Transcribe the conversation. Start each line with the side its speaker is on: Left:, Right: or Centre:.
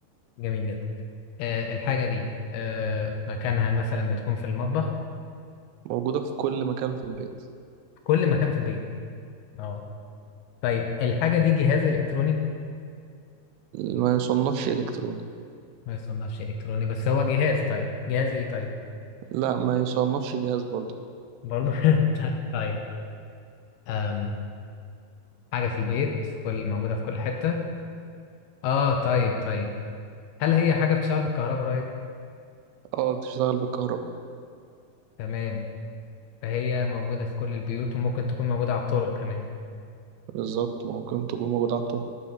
Left: جميل جدا آه الحاجة دي آه مكانها مثلا بتكون في المطبخ
Right: موجودة في كل مكان في البيت
Left: في كل مكان في البيت اه طيب الحاجة دي جهاز إلكتروني
Right: ما يصنفش إلكتروني
Left: ما يصنفش إلكتروني بس هو جهاز طيب جهاز ايه طيب
Right: لا ما يصنفش جهاز برضه
Left: برضو <laughs> طيب آم، حاجة في البيت في كل موجودة في كل حتة اه طيب طيب هل هي حاجة بتشتغل بالكهرباء طيب؟
Right: أه بتشتغل بالكهرباء
Left: تمام فهي موجودة في كل البيوت وممكن تكون موجودة على الطرق كمان
Right: بالظبط ممكن تكون موجودة على الطرق